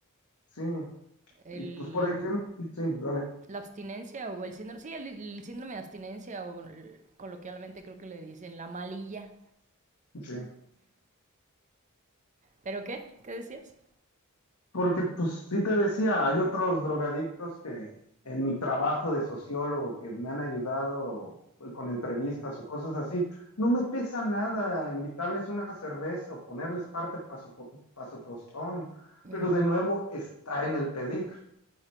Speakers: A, on the left (about 75°); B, on the right (about 35°).
A: sí.
B: El,
A: Y pues, por ejemplo, sí, dale,
B: la abstinencia o el síndrome, sí, el, el síndrome de abstinencia o el- coloquialmente creo que le dicen la malilla.
A: sí.
B: ¿Pero qué? ¿Qué decías?
A: Porque, pues, sí te decía, hay otros drogadictos que en mi trabajo de sociólogo que me han ayudado pues, con entrevistas o cosas así, no me pesa nada invitarles una cerveza o ponerles parte para su, po- pa' su tostón,
B: Ujú.
A: pero de nuevo está en el pedir,